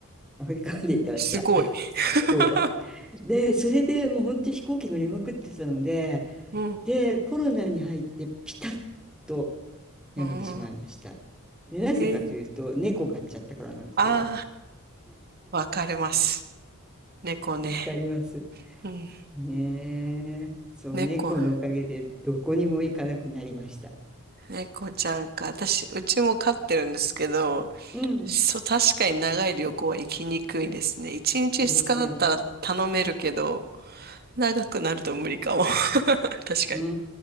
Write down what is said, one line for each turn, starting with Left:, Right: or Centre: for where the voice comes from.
Centre: アフリカまで行ってました。
Right: すごい。
Centre: <laughs>
Right: <laughs>
Centre: そう。で、それでもう本当に飛行機乗りまくってたので、
Right: うん。
Centre: で、コロナに入ってピタッとやめてしまいました。
Right: うん。
Centre: でなぜかというと、
Right: えー、
Centre: 猫飼っちゃったからなんですけど、
Right: ああ、わかります。猫ね。
Centre: わかります
Right: うん。
Centre: ねえ。そう、
Right: 猫、
Centre: 猫のおかげでどこにも行かなくなりました。
Right: 猫ちゃんか。私、うちも飼ってるんですけど、
Centre: うん、
Right: そう、確かに長い旅行は行きにくいですね。1日2日だったら頼めるけど、
Centre: ですよね。
Right: 長くなると無理かも。<laughs> 確かに。
Centre: うー